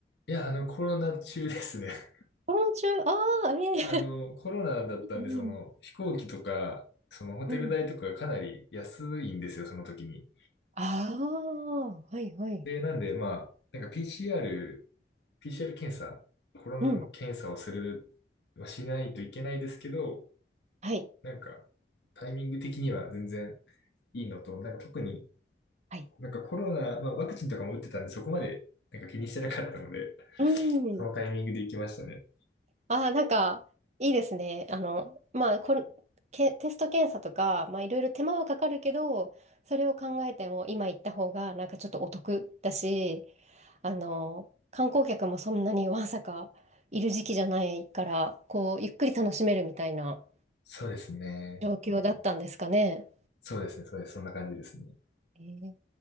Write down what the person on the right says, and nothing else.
コロナ中、ああ、
え
え <laughs> うん
うん。
ああ、はいはい。
うん。
はい。
はい。
うん。
ああ、なんか、いいですね。あの、まあ、これ、け、テスト検査とか、まあ、いろいろ手間はかかるけど、それを考えても、今行った方が、なんかちょっとお得だし、あの、観光客もそんなにわんさかいる時期じゃないから、こう、ゆっくり楽しめるみたいな
状況だったんですかね。
えー